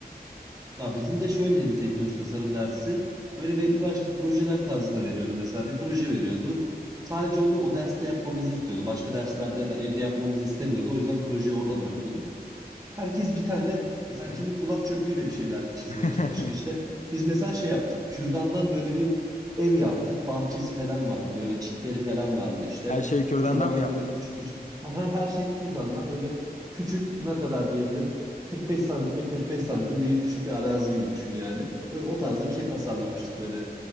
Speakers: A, on the right; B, on the left.
A: Ya bizim de şöyleydi teknoloji tasarım dersi. Böyle belli başlı projeler tarzında veriyordu. Mesela bir proje veriyordu. Sadece onu o derste yapmamızı istiyordu. Başka derslerde ya da evde yapmamızı istemiyordu. O yüzden projeyi orada bırakıyorduk. Herkes bir tane mesela
B: Hı.
A: kimi kulak çöpüyle bir şeyler çizmeye
B: <laughs>
A: çalıştı. İşte biz mesela şey yaptık. Kürdandan böyle bir ev yaptık. Bahçesi falan vardı. Böyle çitleri falan vardı. İşte
B: Her şeyi kürdandan
A: kürdandan
B: mı yaptınız?
A: böyle küçük küçük. Aha, Her şey kürdandan böyle küçük ne kadar diyebilirim? 45 santime 45 santim bir küçük bir arazi gibi düşün yani. Ö- O tarzda bir şey tasarlamıştık böyle.